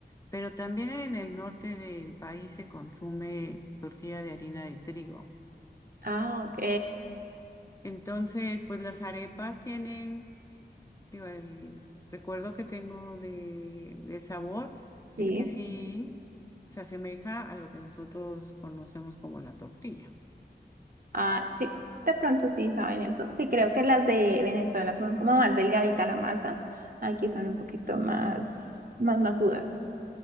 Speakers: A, on the left; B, on the right.
A: pero también en el norte del país se consume tortilla de harina de trigo.
B: Ah, ok.
A: Entonces, pues las arepas tienen Digo, el recuerdo que tengo de, del sabor
B: Sí.
A: es que sí se asemeja a lo que nosotros conocemos como la tortilla.
B: Ah, sí. De pronto sí saben eso. Sí, creo que las de Venezuela son como más delgadita la masa. Aquí son un poquito más, más masudas.